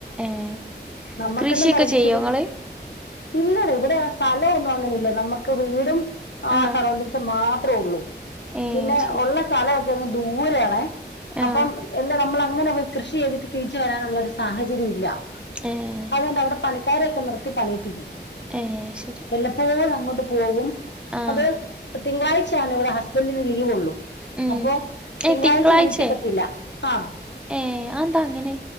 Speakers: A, in the centre; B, on the left.
A: ഏഹ്
B: നമ്മക്കെന്നും
A: കൃഷിയൊക്കെ
B: പറയ്ച്ചില്
A: ചെയ്യോ ഇങ്ങള്
B: ഇല്ലടി ഇവിടെ ആ സ്ഥലവൊന്നും അങ്ങനെ ഇല്ല നമ്മക്ക് വീടും ആ
A: ആഹ്
B: സറൗണ്ടിസ് മാത്രൊ ഒള്ളു
A: ഏഹ്
B: പിന്നെ
A: ശരി
B: ഒള്ള സ്ഥലവൊക്കെ അങ്ങ് ദൂരയാണെ അപ്പം
A: ആഹ്
B: എല്ലാ നമ്മള അങനങ്ങ് കൃഷി ചെയ്തിട്ട് തിരിച്ചു വരാനുള്ള ഒരു സാഹചര്യം ഇല്ല
A: ഏഹ്
B: അതുകൊണ്ട് അവിടെ താരൊക്കെ നിർത്തി പണിയിപ്പിക്കും
A: ഏഹ് ശരി
B: വല്ലപ്പോഴും അങ്ങോട്ട് പോകും
A: ആഹ്
B: അത് തിങ്കളാഴ്ചയാണ് ഇവിടെ ഹസ്ബൻ്റിന് ലീവ് ഉള്ളു
A: ഉം
B: അപ്പൊ
A: ഏഹ്
B: തിങ്കളാഴ്ച
A: തിങ്കളാഴ്ചേ
B: എനിക്ക് പറ്റൂല്ല ആഹ്
A: ഏഹ് അതെന്താ അങ്ങനെ